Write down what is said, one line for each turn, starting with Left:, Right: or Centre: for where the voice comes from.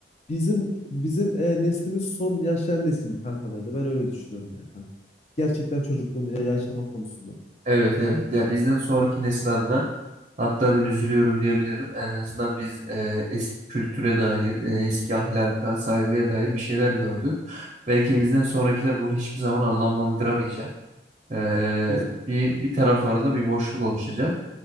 Left: bizim bizim e, neslimiz son yaşayan nesildi kanka bence. Ben öyle düşünüyorum yani. kanka. Gerçekten çocukluğunu ya- yaşama konusunda.
Right: Evet evet ya bizden sonraki nesil adına hatta ben üzülüyorum diyebilirim. En azından biz e, eski kültüre dair, e, eski ahlaka, saygıya dair bir şeyler gördük. Belki bizden sonrakiler bunu hiçbir zaman anlamlandıramayacak. E,
Left: Kesin.
Right: bir bir taraflarında bir boşluk oluşacak.